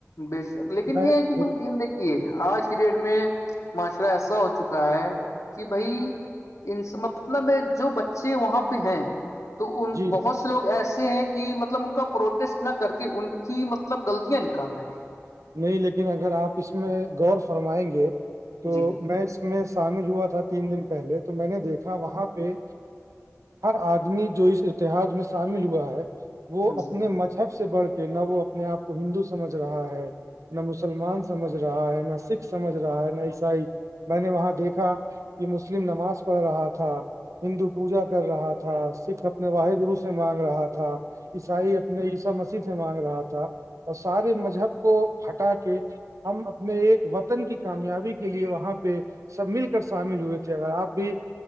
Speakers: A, on the left; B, on the right.
A: بے شک لیکن
B: میں
A: یہ ہے کہ
B: بالکل
A: بھائی ہم دیک یہ آج کی ڈیٹ میں معاشرہ ایسا ہو چکا ہے کہ بھائی ان مطلب جو بچے وہاں پہ ہیں تو ان
B: جی
A: بہت
B: جی
A: سے لوگ ایسے ہیں کہ مطلب ان کا پروٹیسٹ نہ کر کے ان کی مطلب مطلب غلطں نکالنا ہے
B: نہیں لیکن اگر آپ اس میں غور فرمائیں گے
A: ہے
B: تو
A: جی
B: میں اس میں شامل ہوا تھا تین دن پہلے تو میں نے دیکھا وہاں پہ ہر آدمی جو اس اتحاد میں شامل ہوا ہے وہ
A: جی
B: اپنے مذہب سے بڑھ کے نہ وہ اپنے آپ کو ہندو سمجھ رہا ہے نہ مسلمان سمجھ رہا ہے نہ سکھ سمجھ رہا ہے نہ عیسائی میں نے وہاں دیکھا یہ مسلم نماز پڑھ رہا تھا ہندو پوجا کر رہا تھا سکھ اپنے واح گرو سے مانگ رہا تھا عیسائی اپنے عیسا مسیح سے مانگ رہا تھا اور سارے مذہب کو ہٹا کے ہم اپنے ایک وطن کی کامیابی کے لیے وہاں پہ سب مل کر شامل ہوئے تھے اگر آپ بھی